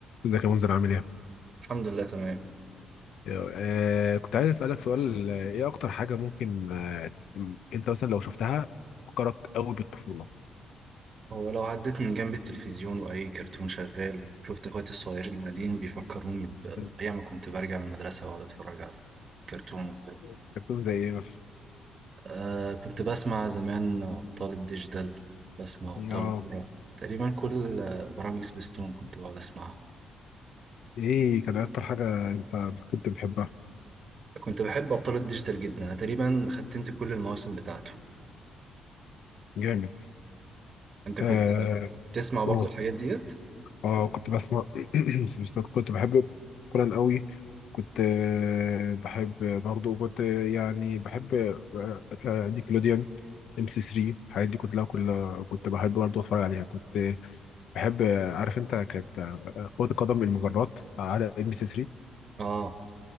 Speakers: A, on the left; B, on the right.
A: ازيك يا منذر عامل ايه؟
B: الحمد لله تمام
A: آه كنت عايز اسالك سؤال آه، ايه اكتر حاجه ممكن آه انت مثلا لو شفتها تفكرك قوي بالطفوله؟
B: هو لو عديت من جنب التلفزيون وأي كرتون شغال شفت إخواتي الصغيرين قاعدين بيفكروني ب-
A: مم.
B: بأيام ما كنت برجع من المدرسة وأقعد أتفرج على كرتون وكده
A: الكرتون زي ايه مثلا
B: آه كنت بسمع زمان أبطال الديجيتال بسمع أبطال
A: اه
B: الكرة تقريبا كل آه، برامج سبيستون كنت بقعد أسمعها
A: ايه كان اكتر حاجة انت كنت بتحبها
B: كنت بحب أبطال الديجيتال جدا أنا تقريبا ختمت كل المواسم بتاعته
A: جامد
B: أنت كنت
A: آه
B: تسمع برضه
A: قول
B: الحاجات ديت؟
A: اه كنت بسمع <clears throat> سبيستون كنت بحب كوران قوي كنت آه، بحب برضو كنت آه، يعني بحب آه، آه، نيكلوديان ام سي 3 الحاجات دي كلها كلها كنت بحب برضو اتفرج عليها كنت آه، بحب آه، عارف انت كانت آه، آه، كرة القدم المجرات على ام سي 3
B: آه